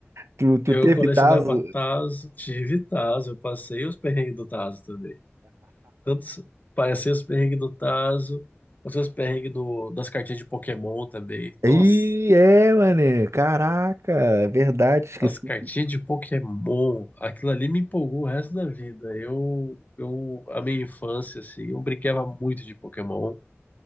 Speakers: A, on the right (about 75°); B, on the left (about 35°).
A: Tu, tu
B: Eu
A: teve
B: colecionava
A: tazo?
B: Tazo, tive Tazo, eu passei os perrengues do Tazo também. Tanto s- passei os perrengues do Tazo, passei os perrengues do- das cartinhas de Pokémon também. Nossa,
A: Ih, é, mano. Caraca, é verdade, esqueci.
B: as cartinhas de Pokémon, aquilo ali me empolgou o resto da vida. Eu, eu, a minha infância, assim, eu brincava muito de Pokémon,